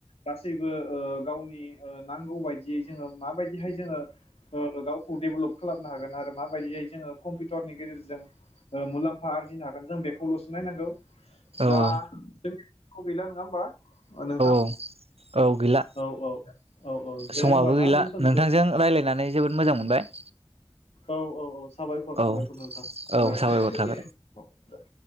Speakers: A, on the left; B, on the right.
A: गासैबो ओ गावनि ओ नांगौ बायदियै जोङो माबायदिहाय जोङो ओ गावखौ डेभेलप खालामनो हागोन आरो माबायदियाय जोङो कम्पिउटारनि गेजेरजों ओ मुलाम्फा आर्जिनो हागोन जों बेखौलसो नायनांगौ। दा
B: औ औ
A: <unintelligible> जों गैला नङा होमबा नोंथां?
B: औ औ गैला
A: औ औ। औ दे
B: समाबो
A: होमबा
B: गैला
A: ना दोनथ'नोसै
B: नोंथांजों रायलायनानै जोबोद मोजां मोनबाय।
A: औ औ औ साबायखर
B: औ
A: साबायखर नोंथां
B: औ
A: दे।
B: साबायखर थाबाय।